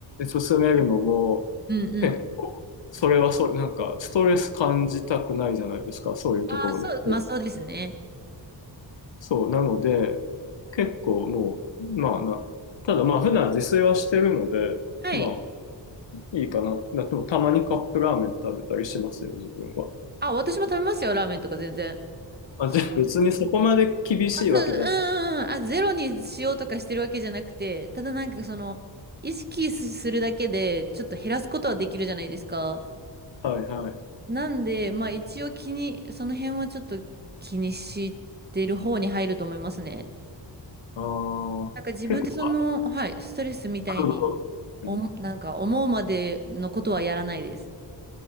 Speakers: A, on the left (about 75°); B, on the right (about 20°).
A: 進めるのも、
B: うんうん。
A: 結構それはそれ、なんかストレス感じたくないじゃないですか、そういうところで。
B: ああ、そう、
A: うん
B: まあそうですね。
A: そう、なので、結構もう、まあな、ただまあ普段自炊はしてるので、
B: はい。
A: まあいいかなってなっても、たまにカップラーメン食べたりしますよ、自分は。
B: あ、私も食べますよ、ラーメンとか全然。
A: あ、
B: その
A: じゃあ別にそこまで厳しいわけじゃない。
B: あ、そう、うんうんうん。あ、ゼロにしようとかしてるわけじゃなくて、ただなんかその、意識すするだけで、ちょっと減らすことはできるじゃないですか。
A: はいはい。
B: なんで、まあ一応気に、その辺はちょっと気にしてる方に入ると思いますね。
A: あ
B: なんか自分でその、
A: あ、結構、
B: はい、ストレスみたいに、
A: うだろう。
B: おなんか思うまでのことはやらないです。
A: うん。